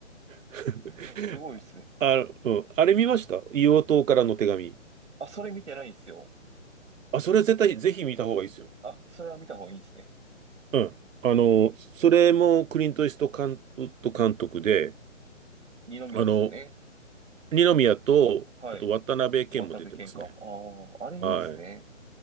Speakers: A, on the right; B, on the right.
A: <laughs>
B: すごい、すごいですね。
A: あ、うん、あれ見ました硫黄島からの手紙。
B: あ、それ見てないんですよ。
A: あ、それは絶対、ぜひ見た方がいいですよ。
B: あ、それは見た方がいいんですね。
A: うん。あの、それもクリント・イースト監、ウッド監督で、
B: 二宮っすよね。
A: あの、二宮と、
B: はい。
A: あと渡辺謙も出てますね。
B: 渡辺謙寛。ああ、あれいいんですね。
A: は